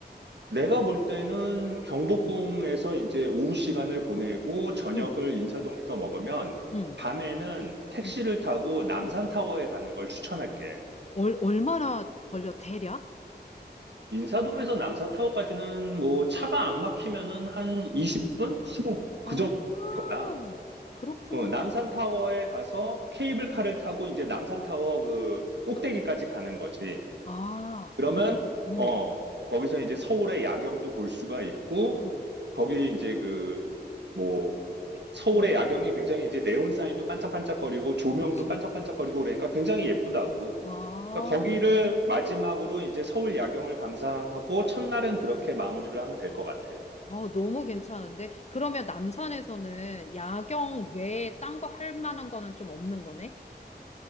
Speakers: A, on the right; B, on the left.
A: 내가 볼 때는 경복궁에서 이제 오후 시간을 보내고 저녁을
B: 응,
A: 인사동에서 먹으면
B: 응,
A: 밤에는 택시를
B: 응,
A: 타고 남산타워에
B: 응.
A: 가는 걸 추천할게.
B: 얼, 얼마나 걸려, 대략?
A: 인사동에서 남산타워까지는 뭐 차가 안 막히면은 한 20분? 15분?
B: 아,
A: 그 정도일 거야.
B: 그렇구나.
A: 어, 남산타워에 가서 케이블카를 타고 이제 남산타워 그 꼭대기까지
B: 응.
A: 가는 거지.
B: 아,
A: 그러면,
B: 그- 응,
A: 어, 거기서 이제 서울의 야경도 볼 수가 있고,
B: 응.
A: 거기 이제 그, 뭐
B: 여-
A: 서울의
B: 여러,
A: 야경이 굉장히 이제 네온 사인도 반짝반짝거리고 조명도
B: 그치.
A: 반짝반짝거리고 그러니까 굉장히 예쁘다고.
B: 아.
A: 그러니까 거기를 마지막으로 이제 서울 야경을 감상하고 첫날은 그렇게 마무리를 하면 될 것 같아.
B: 어, 너무 괜찮은데? 그러면 남산에서는 야경 외에 딴 거 할 만한 거는 좀 없는 거네?